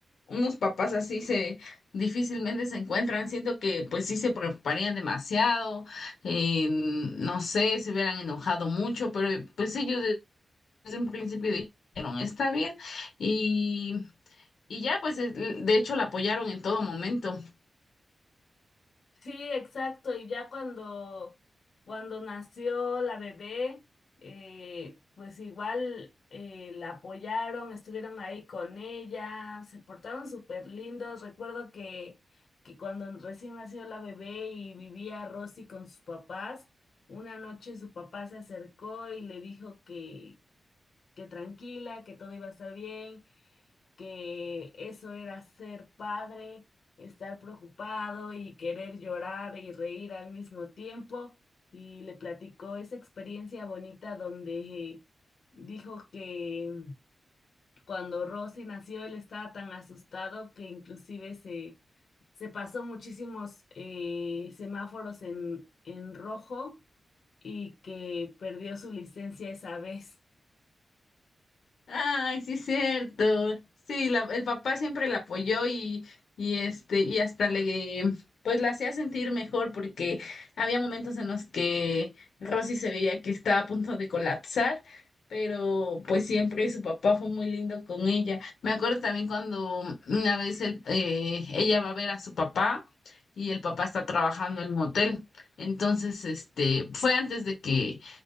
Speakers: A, on the left (about 80°); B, on the left (about 60°).
A: unos papás así se difícilmente se encuentran. Siento que pues sí se preocuparían demasiado, eh, no sé, se hubieran enojado mucho, pero pues ellos desde un principio dijeron, está bien, y, y ya, pues, eh, de hecho, la apoyaron en todo momento.
B: Sí, exacto. Y ya cuando, cuando nació la bebé, eh, pues igual eh, la apoyaron, estuvieron ahí con ella, se portaron súper lindos. Recuerdo que, que cuando recién nació la bebé y vivía Rosy con sus papás, una noche su papá se acercó y le dijo que, que tranquila, que todo iba a estar bien que eso era ser padre, estar preocupado y querer llorar y reír al mismo tiempo. Y le platicó esa experiencia bonita donde eh, dijo que cuando Rosy nació él estaba tan asustado que inclusive se, se pasó muchísimos eh, semáforos en, en rojo y que perdió su licencia esa vez.
A: Ay, sí, cierto. Sí, la- el papá siempre la apoyó y, y este, y hasta le, pues la hacía sentir mejor porque había momentos en los que Rosy se veía que estaba a punto de colapsar, pero pues siempre su papá fue muy lindo con ella. Me acuerdo también cuando una vez el- eh, ella va a ver a su papá y el papá está trabajando en un hotel. Entonces, este, fue antes de que